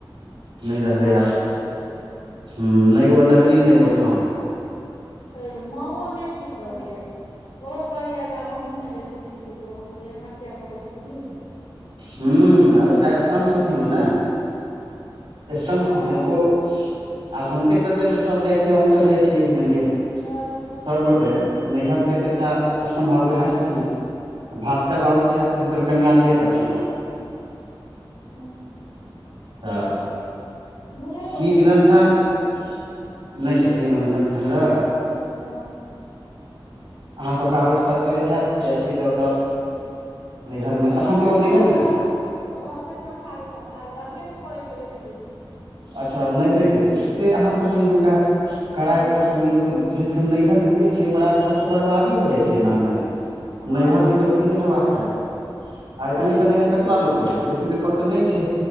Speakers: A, on the right (about 85°); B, on the left (about 85°).
A: नहि रहलै
B: बाते
A: आब,
B: नहि रहैये
A: हु नै ओ नगरी नै ओ ठाम।
B: छैहे माँओ नै ठीक रहैये। ओहो कहैये जे आब हमहूँ ने बेसी दिन जीबो हम कहलै एना किये कहै छीही।
A: हू
B: हँ
A: आब एकटा स्तम्भ छथिन ओ ने। स्तम्भ
B: हँ
A: छथिन ओ, आ हुनके चलते तऽ सभ जाय छिये अहु सब जाइ छियै, मैन लिय।
B: हँ
A: सभगोटे नैहर के तऽ एकटा स्तम्भव उहे छै। भास्कर बाबू छैथ तऽ हुनकर कनिआँ जे करथिन।
B: हू।
A: तऽ
B: नहि
A: की
B: ओते
A: मिलनसार
B: ढंगरक
A: नहि
B: नहि छै कनी
A: छथिन, झगड़ा
B: हाँ।
A: अहाँसभ के आवेशपात करैत छथि जाइ छी तऽ, ओतय नैहर में, एखन
B: रहतै
A: तऽ ओ
B: तहन
A: नैहरमे
B: ने
A: छथि।
B: रहतै तखन ने आवेश आ पात, रहबे नहि करै छै बेसी दिन।
A: अच्छा नहिरे बेसी, तऽ से अहाँसभ कनि हुनका कड़ाइ
B: हँ
A: करै कऽ कनि तऽ फेर नैहरके बुझै छियै बड़ा, घरके बर्बादी भऽ जाइ छै एनामे।
B: हँ
A: नैहर के बेसी नहि हेबाक चाही, आइ अहीं
B: नहि
A: के नैहर कतबा दूर पड़ैत छै बेसी दूर पर तऽ नहि छै।